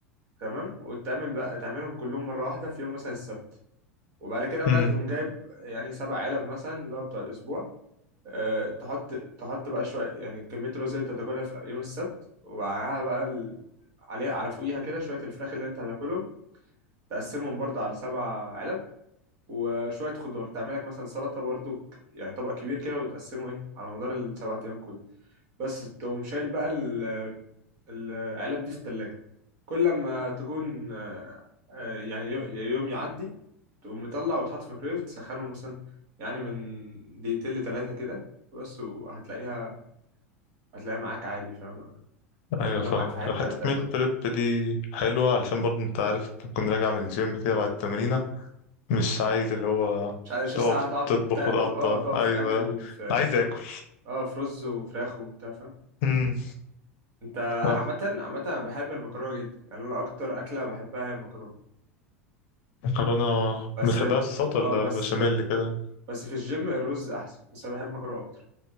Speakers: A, on the right; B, on the left.
A: تمام وتعمل بقى تعملهم كلهم مره واحده في يوم مثلا السبت وبعد كده بقى
B: أمم.
A: تقوم جايب يعني سبع علب مثلا اللي هو بتاع الاسبوع أه تحط تحط بقى شويه يعني كميه الرز اللي انت هتاكلها في يوم السبت ومعاها بقى ال... عليها على فوقيها كده شويه الفراخ اللي انت هتاكلهم تقسمهم برضه على سبع علب وشوية خضار تعمل لك مثلا سلطة برضو ك- يعني طبق كبير كده وتقسمه ايه على مدار السبع أيام كله بس تقوم شايل بقى ال- العلب دي في التلاجة كل لما تكون آه، آه، يعني يو- يوم يعدي تقوم مطلع وتحط في الميكرويف تسخنه مثلا يعني من دقيقتين لتلاتة كده بس وهتلاقيها هتلاقيها معاك عادي فاهم
B: ايوه
A: تاخدها
B: فاهمك
A: معاك في حتة
B: حته
A: تاكل
B: ميل بريب دي حلوه علشان برضه انت عارف تكون راجع من الجيم كده بعد التمرينه مش عايز اللي هو
A: مش عارف مش
B: تقف
A: لسه هتقعد
B: تطبخ
A: تا-
B: وتقطع
A: ت- اه تقف
B: ايوه
A: تعمل
B: لا أنا
A: في
B: عايز اكل
A: اه في رز وفراخ وبتاع فاهم
B: امم
A: انت انا
B: لا
A: عامه عامه انا بحب المكرونه جدا يعني انا اكتر اكله بحبها هي المكرونه
B: مكرونه
A: بس
B: بتحبها في الصوت ولا
A: اه بس
B: بشاميل كده
A: بس في الجيم الرز احسن بس انا بحب المكرونه اكتر